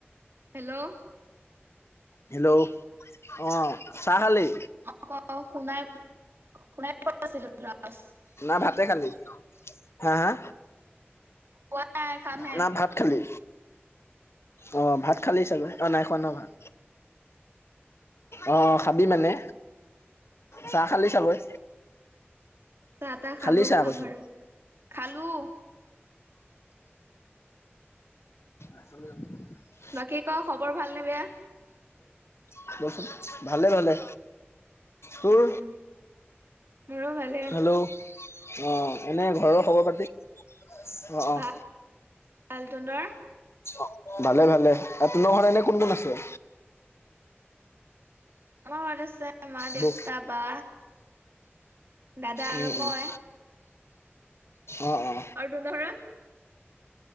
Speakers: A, on the right (about 65°); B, on the left (about 80°).
A: হেল্ল'?
B: হেল্ল' অ', চাহা খালি?
A: অ', ক' শুনাই শুনাই পোৱা নাছিলো তোৰ আৱাজ।
B: নে ভাতে খালি, হা হা?
A: খোৱা নাই খামহে
B: না ভাত খালি? অ', ভাত খালো চাগৈ অ', নাই খোৱা ন' ভাত? অ', অ', খা খাবি মানে? চাহ খালি চাগৈ?
A: চাহ-তাহ খালো
B: খালি চাহ
A: খাম
B: কৈছো
A: আৰু খালো।
B: <unintelligible>
A: বাকী ক' খবৰ ভাল নে বেয়া?
B: <unintelligible> ভালে ভালে। তোৰ
A: আত্ছা, মোৰো ভালে।
B: হেল্ল' অ এনে ঘৰৰ খবৰ খাতি অ অ'।
A: ভাল ভাল, তহঁতৰ
B: অ ভালে ভালে, আৰু তহঁতৰ ঘৰত এনে কোন কোন আছে
A: আমাৰ ঘৰত আছে মা
B: বৌ
A: দেউতা বা। দাদা আৰু
B: উম'
A: মই।
B: উম' অ অ
A: আৰু তহঁতৰ ঘৰত